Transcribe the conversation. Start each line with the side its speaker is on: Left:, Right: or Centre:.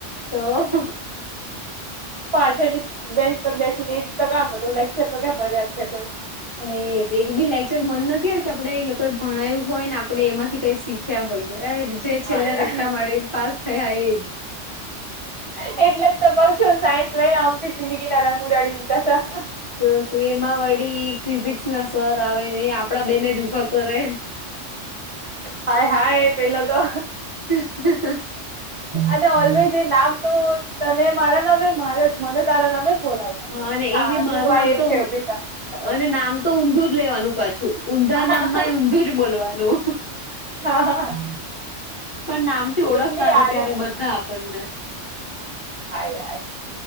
Left: તો
Right: પાછળ ની બેન્ચ પર બેસીને એ તો કામ હતું લેક્ચર તો ક્યા ભર્યા જ છે કોઈ.
Left: એ એક બી લેક્ચર મન નથી હો કે આપણેે એ લોકોએ ભણાય્યું હોય ને આપણે એમાંથી કઈીખ. હોય એ જે છેલ્લા
Right: હા યાર
Left: રટ્ટતા માળે પાસ થયા એજ.
Right: એટલે જ તો કઉ છું સાયન્સ લઈને અમ જિંદગી નાના રંગ ઉડાડી દીધા હતા.
Left: તો શું એમાં વળી ફિઝિક્સ ના સર આવે ને આપડા બેને જ ઉભા કરે.
Right: હાય હાય પેલો તો
Left: હ.
Right: અને ઓલવેઝ એ નામ તો તને મારા નામે મારા મને તારા નામે બોલાવ.
Left: અને એ
Right: હા
Left: બી મારું
Right: તું આ
Left: નામ
Right: એ જ
Left: તો
Right: છેભી ત.
Left: અને નામ તો ઊંધું જ લેવાનું પાછું ઊંધા
Right: હા
Left: નામ
Right: હા
Left: માં ઊંધું જ બોલવાનું.
Right: હા હા
Left: પણ નામથી ઓળખતા
Right: એટલી
Left: હતા
Right: આદળ
Left: ત્યારે બધા આપણને
Right: હા યાર